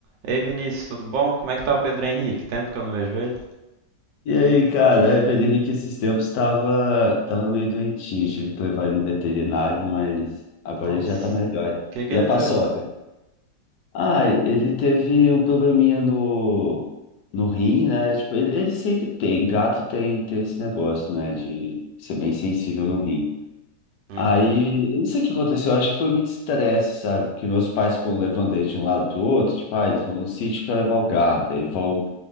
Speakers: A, on the right; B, on the left.
A: Ei Vinícius, tudo bom? Como é que tá o Pedro Henrique? Tempo que eu não vejo ele.
B: E aí, cara, aí o Pedro Henrique esses tempos estava tava meio doentinho, tive que levar ele no veterinário, mas agora
A: Nossa,
B: ele já tá melhor.
A: o que que
B: E
A: ele
B: a paçoca?
A: teve?
B: Ai, ele teve um probleminha no, no rim, né? Tipo, ele, ele sempre tem, gato tem, tem esse negócio, né, de ser bem sensível no rim.
A: Uhum,
B: Aí, eu não sei o que aconteceu, eu acho que foi muito estresse, sabe? Porque meus pais foram levando ele de um lado pro outro, tipo, ah, eles vão no sítio que levar o gato, aí vão